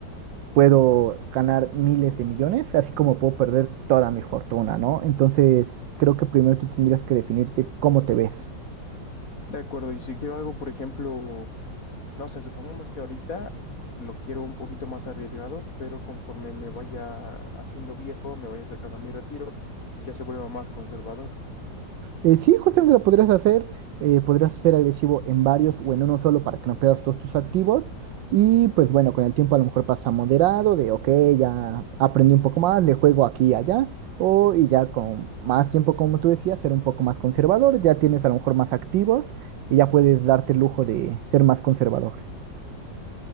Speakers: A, on the right; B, on the left.
A: puedo ganar miles de millones, así como puedo perder toda mi fortuna, ¿no? Entonces, creo que primero tú tendrías que definirte cómo te ves.
B: De acuerdo, y si quiero algo, por ejemplo, no sé, supongamos que ahorita lo quiero un poquito más arriesgado, pero conforme me vaya haciendo viejo, me vaya acercando a mi retiro, ya se vuelva más conservador.
A: Eh, sí, justamente lo podrías hacer, eh, podrías ser agresivo en varios o en uno solo para que no pierdas todos tus activos. Y pues bueno, con el tiempo a lo mejor pasa moderado, de ok, ya aprendí un poco más, le juego aquí y allá. O y ya con más tiempo, como tú decías, ser un poco más conservador, ya tienes a lo mejor más activos y ya puedes darte el lujo de ser más conservador.